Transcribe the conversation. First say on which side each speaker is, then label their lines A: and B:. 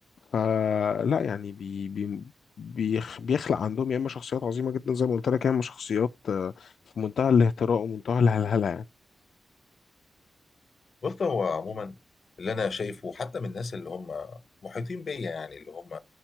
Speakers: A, on the left; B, on the left.
A: فلا يعني بي بي بيخ- بيخلق عندهم يا إما شخصيات عظيمة جدا زي ما قلت لك يا إما شخصيات آه، في منتهى الاهتراء ومنتهى الهلهلة
B: بص هو عموما اللي انا شايفه حتى من الناس اللي هم محيطين بيا يعني اللي هم